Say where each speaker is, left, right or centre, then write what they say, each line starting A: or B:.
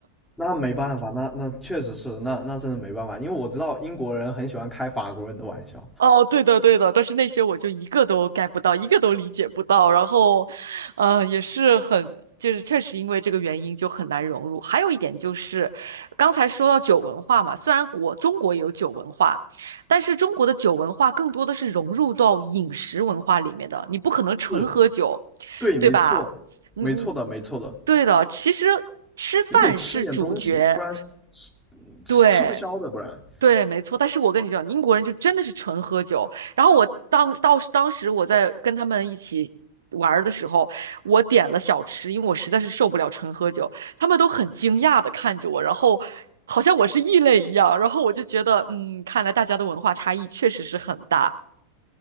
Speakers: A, in the centre; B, on the right.
A: 那没办法，那那确实是，那那真的没办法，因为我知道英国人很喜欢开法国人的玩笑。
B: 哦，对的，对的，但是那些我就一个都 get 不到，一个都理解不到，然后，呃，也是很，就是确实因为这个原因就很难融入。还有一点就是，刚才说到酒文化嘛，虽然国中国也有酒文化，但是中国的酒文化更多的是融入到饮食文化里面的，你不可能纯喝酒，
A: 是，对，没错，
B: 对吧？你你
A: 没错的，没错的，
B: 对的，其实吃饭是主角，
A: 你得吃点东西，不然吃吃吃不消的，
B: 对。
A: 不然。
B: 对，没错。但是我跟你讲，英国人就真的是纯喝酒。然后我当到当时我在跟他们一起玩儿的时候，我点了小吃，因为我实在是受不了纯喝酒。他们都很惊讶的看着我，然后好像我是异类一样。然后我就觉得，嗯，看来大家的文化差异确实是很大。